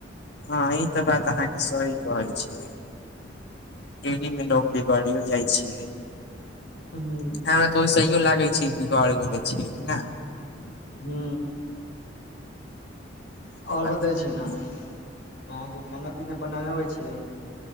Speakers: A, on the left; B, on the left.
A: हँ ई तऽ बात अहाँके सही कहै छियै री मे लोग भी गड़ियो जाइ छियै ह
B: हुं
A: हमरा तऽ ओसहियो लागै छै कि बिगर गेले छी कि नय
B: हू
A: ई तऽ
B: आओर
A: बात
B: बतै
A: अहाँके
B: छी ने अहाँके खाना पीना बनाबै अबै छै